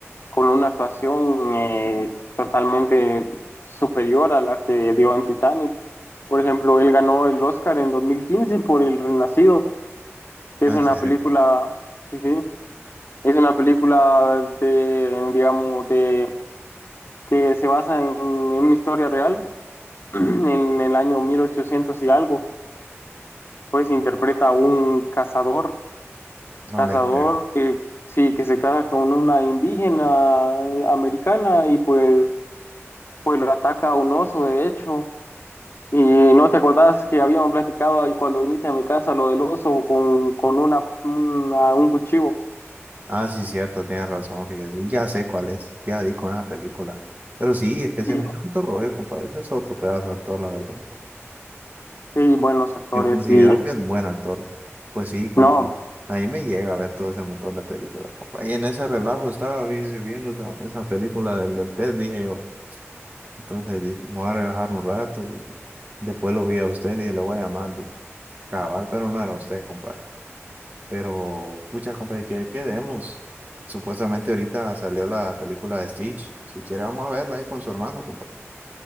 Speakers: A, on the left; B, on the right.
A: con una actuación eh, totalmente superior a la que dio en Titanic. Por ejemplo, él ganó el Oscar en 2015 por El Renacido Es
B: En
A: una
B: serio,
A: película, sí, sí, es una película de, digamos, de, que se basa en, en una historia real, <clears throat> en el año 1800 y algo, pues interpreta a un cazador,
B: no
A: cazador,
B: le creo.
A: eh, sí, que se casa con una indígena eh, americana y pues, pues lo ataca un oso, de hecho. Y no te acordás que habíamos platicado ahí cuando viniste a mi casa lo del oso con, con una, una- un cuchillo.
B: Ah, sí, cierto, tienes razón, fíjese. Ya sé cuál es, ya di con esa película. Pero sí, es que se
A: Y
B: me da otro rollo, compadre. Ese es otro pedazo de actor, la verdad.
A: sí, buenos actores.
B: Yo considero
A: Y
B: que es buen actor. Pues sí, compa,
A: No,
B: ahí me llega a ver todo ese montón de películas, compa. Y en ese relajo estaba vi- viendo esa, esa película del, del pez, dije yo. Entonces dije, me voy a relajar un rato. Después lo vi a usted y le voy a llamar. Dije, cabal, pero no era usted, compa. Pero, pucha, compa, que quedemos? Supuestamente ahorita salió la película de Stitch. Si quiere, vamos a verla ahí con su hermano, compa.